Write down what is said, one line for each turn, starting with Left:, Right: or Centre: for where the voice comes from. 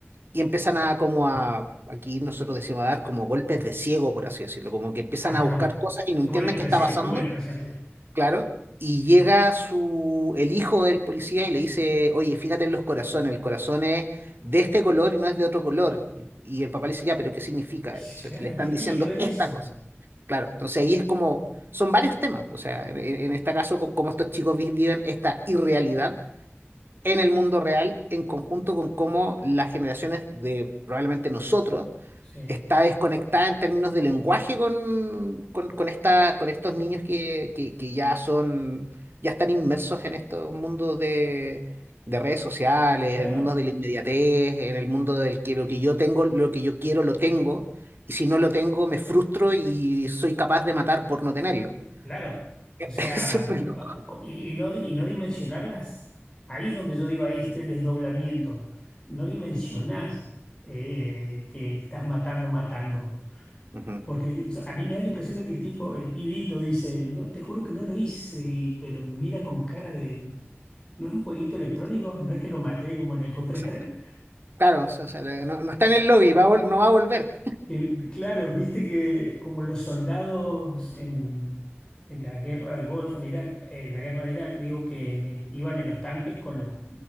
Right: y empiezan a como a, aquí nosotros decimos a dar como golpes de ciego, por así decirlo, como que empiezan
Left: Ajá.
Right: a buscar cosas y no
Left: Qué
Right: entienden
Left: buena expresión,
Right: qué está pasando,
Left: qué buena expresión, sí.
Right: claro, y llega su, el hijo del policía y le dice, oye, fíjate en los corazones, el corazón es de este color y no es de otro color, y, y el papá le dice, ya, pero ¿qué significa?
Left: Sí,
Right: Entonces
Left: Claro,
Right: le están
Left: ¿qué tiene
Right: diciendo
Left: que ver eso?
Right: esta cosa, claro, entonces ahí es como, son varios temas, o sea, en, en- en este caso, co- como estos chicos vi- viven esta irrealidad en el mundo real en conjunto con cómo las generaciones de probablemente nosotros
Left: Sí,
Right: está desconectada en términos de lenguaje con, con, con esta, con estos niños que, que- que ya son, ya están inmersos en estos mundos de, de redes sociales,
Left: claro.
Right: en el mundo de la inmediatez, en el mundo del que lo que yo tengo, lo que yo quiero, lo tengo, y si no lo tengo, me frustro y soy capaz de matar por no tenerlo.
Left: Claro, o
Right: <laughs>
Left: sea,
Right: es súper loco.
Left: y, y no, y no dimensionarlas, ahí es donde yo digo, ahí este desdoblamiento, no dimensionás
Right: Ujú,
Left: eh, que estás matando, matando,
Right: ujú.
Left: porque yo- a mí me da la impresión de que el tipo, el pibito dice, no, te juro que no lo hice, y- pero mira con cara de, ¿no es un jueguito electrónico? ¿No es que lo maté como en el Counter-Strike?
Right: Sí, Claro, o sea, le- no, no está en el lobby, va a vol- no va a volver.
Left: Que, vi- claro, viste que como los soldados en, en la guerra del Golfo, en Irak, en la guerra de Irak, digo que iban en los tanques con los